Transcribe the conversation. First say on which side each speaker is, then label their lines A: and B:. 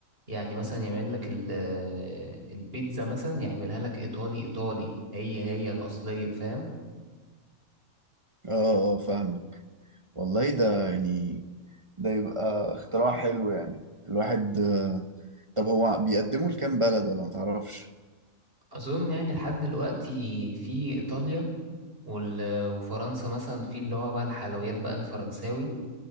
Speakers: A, on the right; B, on the right.
A: يعني مثلا يعمل لك ال... البيتزا مثلا يعملها لك ايطالي ايطالي هي هي الاصلية فاهم
B: اه اه فاهمك والله ده يعني ده يبقى اختراع حلو يعني الواحد طب هو بيقدموا لكام بلد ولا ما تعرفش؟
A: أظن يعني لحد دلوقتي في إيطاليا وال- وفرنسا مثلا في اللي هو بقى الحلويات بقى الفرنساوي